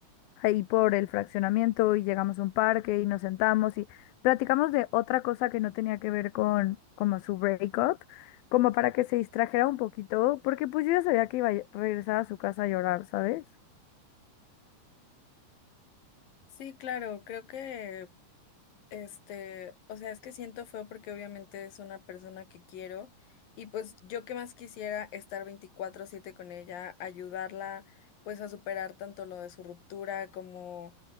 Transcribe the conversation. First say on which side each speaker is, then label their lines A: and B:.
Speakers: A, on the left; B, on the left.
A: ahí por el fraccionamiento y llegamos a un parque y nos sentamos y platicamos de otra cosa que no tenía que ver con como su breakup, como para que se distrajera un poquito, porque pues yo ya sabía que iba a ll- regresar a su casa a llorar, ¿sabes?
B: Sí, claro, creo que Este, o sea, es que siento feo porque obviamente es una persona que quiero y pues yo que más quisiera estar veinticuatro siete con ella, ayudarla pues a superar tanto lo de su ruptura como